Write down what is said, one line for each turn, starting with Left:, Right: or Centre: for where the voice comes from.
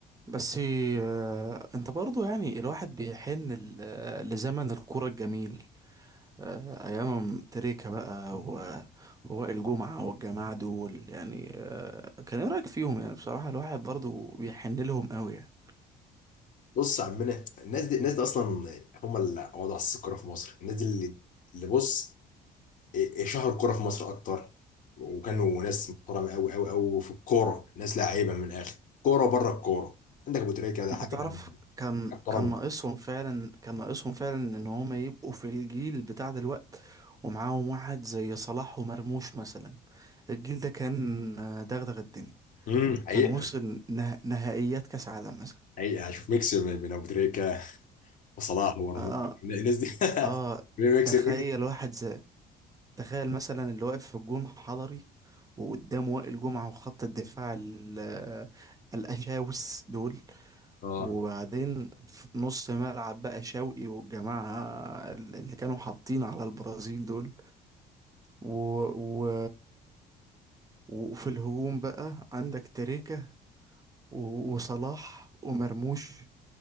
Right: بس آه، انت برضو يعني الواحد بيحن ل- آه، لزمن الكورة الجميل آه، ايام تريكة بقى و- ووائل جمعة والجماعة دول يعني آه، كان ايه رأيك فيهم يعني بصراحة الواحد برضو بيحن لهم قوي يعني
Left: بص يا عمنا الناس دي الناس دي اصلا هم اللي قعدوا على السكه الكوره في مصر الناس دي اللي اللي بص إيه- شهروا الكوره في مصر اكتر وكانوا ناس محترمه قوي قوي قوي في الكوره ناس لعيبه من الاخر كوره بره الكوره عندك ابو تريكه ده
Right: انت
Left: حاجه
Right: تعرف كان
Left: محترمه
Right: كان ناقصهم فعلا كان ناقصهم فعلا ان هما يبقوا في الجيل بتاع دلوقت ومعاهم واحد زي صلاح ومرموش مثلا الجيل ده كان آه، دغدغ الدنيا
Left: امم حقيقه
Right: كان وصل نه... نهائيات كاس عالم مثلا
Left: حقيقه هشوف ميكس من من ابو تريكه وصلاح ورموش
Right: اه
Left: الناس دي
Right: اه
Left: <laughs> ميكس
Right: تخيل
Left: ميكس
Right: واحد زي تخيل مثلا اللي واقف في الجون حضري وقدامه وائل جمعة وخط الدفاع ال- آه، الأشاوس دول
Left: اه
Right: وبعدين في نص ملعب بقى شوقي والجماعة اللي كانوا حاطين على البرازيل دول و... و... وفي الهجوم بقى عندك تريكة و- وصلاح ومرموش